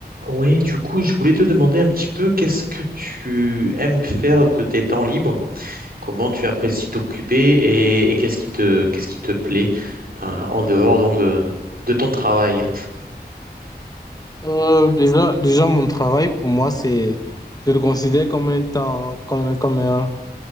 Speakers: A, on the right; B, on the left.
A: Oui, du coup, je voulais te demander un petit peu qu'est-ce que tu aimes faire de tes temps libres, comment tu apprécies t'occuper et, et qu'est-ce qui te, qu'est-ce qui te plaît euh, en dehors donc de, de ton travail.
B: Euh, déjà, déjà, mon travail, pour moi, c'est, je le considère comme un temps, comme, un- comme un,